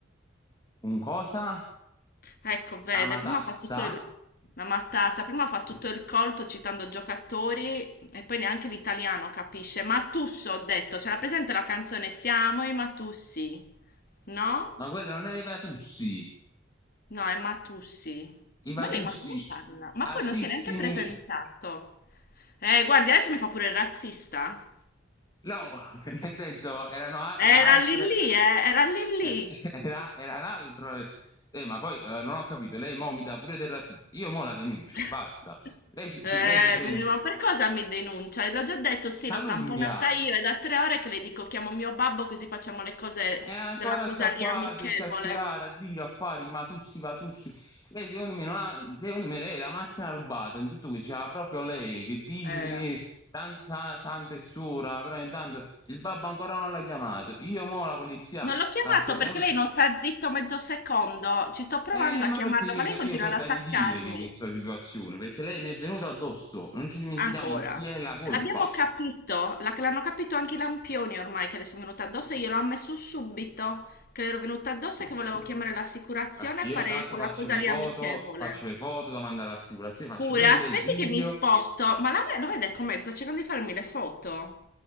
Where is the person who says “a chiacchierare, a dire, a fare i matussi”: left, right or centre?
Left